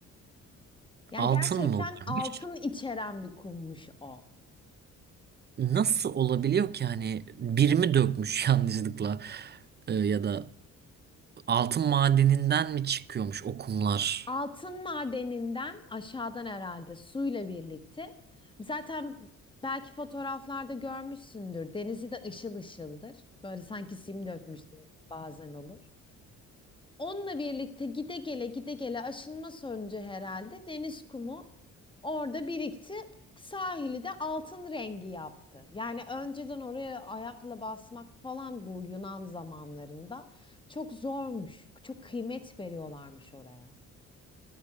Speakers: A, on the left; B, on the right.
A: Ya
B: Altın
A: gerçekten
B: mı varmış?
A: altın içeren bir kummuş o.
B: Nasıl olabiliyor ki hani birimi dökmüş <laughs> yanlışlıkla Ee, ya da altın madeninden mi çıkıyormuş o kumlar?
A: Altın madeninden aşağıdan herhalde suyla birlikte. Zaten belki fotoğraflarda görmüşsündür. Denizi de ışıl ışıldır. Böyle sanki sim dökmüş bazen olur. Onunla birlikte gide gele gide gele aşınma sonucu herhalde deniz kumu orada birikti. Sahili de altın rengi yaptı. Yani önceden oraya ayakla basmak falan bu Yunan zamanlarında çok zormuş. Çok kıymet veriyorlarmış oraya.